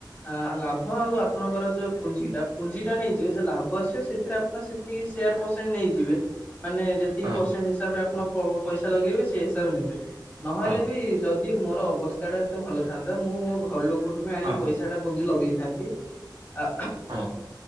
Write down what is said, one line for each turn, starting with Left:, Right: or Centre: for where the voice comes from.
Left: ହଁ ଲାଭ ହଁ ଆଉ ଆପଣଙ୍କର ଯୋଉ ପୁଞ୍ଜିଟା ପୁଞ୍ଜିଟା ନେଇଯିବେ। ଯଉ ଲାଭ ଆସିବ ସେଥିରେ ଆପଣ ସେତିକି ସେୟାର ପସ ସେଣ୍ଟ ନେଇଯିବେ। ମାନେ ଯେତିକି
Right: ହଁ
Left: ପରସେଣ୍ଟ ହିସାବରେ ଆପଣ ପଇସା ଲଗେଇବେ ସେଇ ହିସାବରେ ନେବେ। ନହେଲେ
Right: ହଁ
Left: ବି ଯଦି ମୋର ଅବସ୍ଥା ଟା ଏତେ ଭଲ ଥାନ୍ତା। ମୁଁ ମୋ ଘର ଲୋକ ଙ୍କୁ ଠୁ ଆଣିକି
Right: ହଁ
Left: ବି ପଇସା ଟା ପୁଞ୍ଜି ଲଗେଇଥାନ୍ତି ଆ
Right: ହଁ